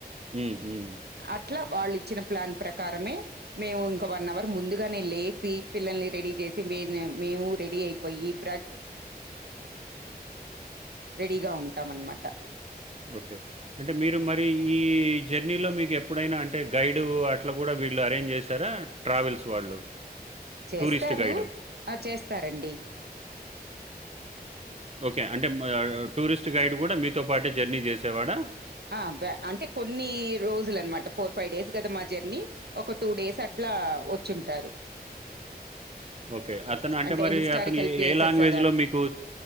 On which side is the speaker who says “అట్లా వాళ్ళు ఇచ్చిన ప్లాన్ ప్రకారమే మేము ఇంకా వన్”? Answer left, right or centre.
Right